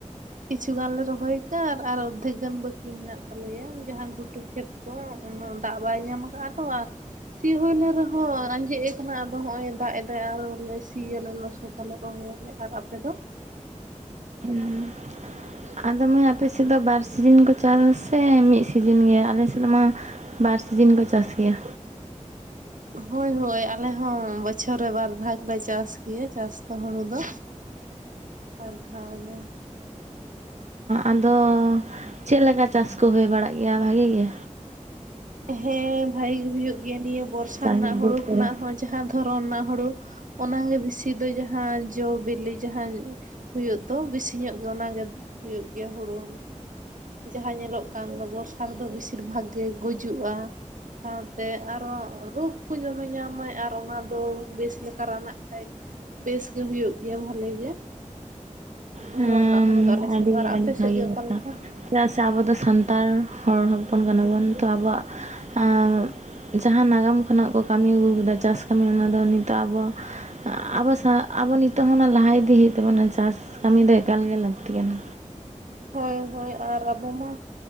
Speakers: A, on the right; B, on the right.
A: ᱠᱤᱪᱷᱩ ᱜᱟᱱ ᱞᱮ ᱨᱚᱦᱚᱭ ᱟᱠᱟᱜᱼᱟ ᱟᱨ ᱚᱨᱫᱷᱮᱠ ᱜᱟᱱ ᱵᱟᱹᱠᱤ ᱢᱮᱱᱟᱜ ᱛᱟᱞᱮᱭᱟ ᱡᱟᱸᱦᱟ ᱜᱷᱩᱴᱩ ᱠᱷᱮᱛ᱾ <unintelligible> ‌ ᱩᱱᱟᱹᱜ ᱫᱟᱜ ᱵᱟᱭ ᱧᱟᱢ ᱟᱠᱟᱫᱼᱟ ᱛᱚ ᱟᱨ᱾ ᱥᱤ ᱦᱩᱭ ᱞᱮᱱ ᱨᱮᱦᱚᱸ ᱟᱸᱡᱮᱫ ᱟᱠᱟᱱᱟ ᱟᱫᱚ ᱦᱚᱸᱜᱼᱚᱭ ᱫᱟᱜ ᱮᱫᱟᱭ ᱟᱨᱦᱚ ᱞᱮ ᱥᱤᱭᱟ᱾ ᱞᱚᱥᱚᱫ ᱫᱟᱞᱮ ᱨᱚᱦᱚᱭ ᱟᱞᱮ ᱟᱨ ᱟᱯᱮ ᱫᱚ᱾
B: <inaudible> ᱟᱫᱚ ᱢᱟᱹᱭ ᱟᱯᱮ ᱥᱮᱫ ᱫᱚ ᱵᱟᱨ ᱥᱤᱡᱤᱱ ᱠᱚ ᱪᱟᱥᱼᱟ ᱥᱮ ᱢᱤᱫ ᱥᱤᱡᱤᱱ ᱜᱮ ᱟᱞᱮ ᱥᱮᱫ ᱢᱟ᱾ ᱵᱟᱨ ᱥᱤᱡᱤᱱ ᱠᱚ ᱪᱟᱥ ᱜᱮᱭᱟ᱾
A: ᱦᱳᱭ ᱦᱳᱭ ᱟᱞᱮ ᱦᱚᱸ ᱵᱚᱪᱷᱚᱨ ᱨᱮ ᱵᱟᱨ ᱵᱷᱟᱜ ᱞᱮ ᱪᱟᱥ ᱜᱮᱭᱟ ᱪᱟᱥ ᱫᱚ ᱦᱳᱲᱳ ᱫᱚᱼᱼ ᱵᱟᱨ ᱫᱷᱟᱣ ᱜᱮᱼᱼ
B: ᱟᱫᱚ ᱪᱮᱫ ᱞᱮᱠᱟ ᱪᱟᱥ ᱠᱚ ᱦᱳᱭ ᱵᱟᱲᱟᱜ ᱜᱮᱭᱟ ᱵᱷᱟᱜᱮ ᱜᱮᱼᱼ
A: ᱦᱮᱸ ᱵᱷᱟᱜᱮ ᱜᱮ ᱦᱩᱭᱩᱜ ᱜᱮᱭᱟ ᱱᱤᱭᱟᱹ ᱵᱚᱨᱥᱟ
B: ᱪᱟᱥ
A: ᱨᱮᱱᱟᱜ ᱦᱳᱲᱳ
B: ᱵᱟᱹᱫᱽ
A: ᱠᱷᱚᱱᱟᱜ
B: ᱠᱚᱨᱮ?
A: ᱦᱚᱸ ᱡᱟᱦᱟ ᱫᱷᱚᱨᱚᱱ ᱨᱮᱱᱟᱜ ᱦᱳᱲᱳ ᱚᱱᱟ ᱜᱮ ᱵᱮᱥᱤ ᱫᱚ ᱡᱟᱸᱦᱟ ᱡᱚ ᱵᱮᱞᱮ ᱡᱟᱸᱦᱟᱼᱼ ᱦᱳᱭᱳᱜ ᱫᱚ ᱵᱮᱥᱤ ᱧᱚᱜ ᱜᱮ ᱚᱱᱟ ᱜᱮ ᱦᱳᱭᱳᱜ ᱜᱮᱭᱟ ᱦᱳᱲᱳ ᱡᱟᱸᱦᱟ ᱧᱮᱞ ᱚᱜ ᱠᱟᱱ ᱫᱚ ᱵᱚᱨᱥᱟ ᱨᱮᱫᱚ ᱵᱮᱥᱤᱨ ᱵᱷᱟᱜ ᱜᱮ ᱜᱩᱡᱩᱜᱼᱟ ᱥᱟᱶ ᱛᱮ ᱟᱨᱚ ᱨᱳᱜᱽ ᱠᱚ ᱫᱚᱢᱮ ᱧᱟᱢ ᱟᱭ ᱟᱨ ᱚᱱᱟ ᱫᱚ ᱵᱮᱥ ᱞᱮᱠᱟ ᱨᱟᱱ ᱟᱜ ᱠᱷᱟᱡ ᱵᱮᱥᱜᱮ ᱦᱩᱭᱩᱜ ᱜᱮᱭᱟ ᱵᱷᱟᱹᱞᱤ ᱜᱮ ᱫᱷᱚᱨᱚᱱ
B: ᱦᱮᱸ
A: ᱨᱮᱱᱟᱜ ᱦᱩᱲᱩᱼᱼ ᱟᱞᱮ‌
B: ᱟᱹᱰᱤ
A: ᱥᱮᱫ ᱫᱚ ᱟᱨ
B: ᱟᱹᱰᱤ
A: ᱟᱯᱮ
B: ᱵᱷᱟᱹᱜᱤ
A: ᱥᱮᱫ ᱜᱮ ᱚᱠᱟ
B: ᱠᱟᱛᱷᱟ᱾
A: ᱞᱮᱠᱟ
B: ᱪᱮᱫᱟᱜ ᱥᱮ ᱟᱵᱚ ᱫᱚ ᱥᱟᱱᱛᱟᱲ ᱦᱚᱲ ᱦᱚᱯᱚᱱ ᱠᱟᱱᱟ ᱵᱚᱱ ᱛᱚ ᱟᱵᱚᱣᱟᱜ ᱟᱸᱻ ᱡᱟᱦᱟᱸ ᱱᱟᱜᱟᱢ ᱠᱷᱚᱱᱟᱜ ᱠᱚ ᱠᱟᱹᱢᱤ ᱟᱹᱜᱩ ᱠᱟᱫᱟ ᱪᱟᱥ ᱠᱟᱹᱢᱤ ᱚᱱᱟ ᱫᱚ ᱱᱤᱛᱚᱜ ᱟᱵᱚ ᱟᱵᱚ ᱥᱟᱶ ᱟᱵᱚ ᱱᱤᱛᱚᱜ ᱦᱚᱸ ᱚᱱᱟ ᱞᱟᱦᱟ ᱤᱫᱤ ᱦᱩᱭᱩᱜ ᱛᱟᱵᱚᱱᱟ ᱪᱟᱥ ᱠᱟᱹᱢᱤ ᱫᱚ ᱮᱠᱟᱞ ᱜᱮ ᱞᱟᱹᱠᱛᱤ ᱠᱟᱱᱟ
A: ᱦᱳᱭ ᱦᱳᱭ ᱟᱨ ᱟᱵᱚ ᱢᱟᱼᱼ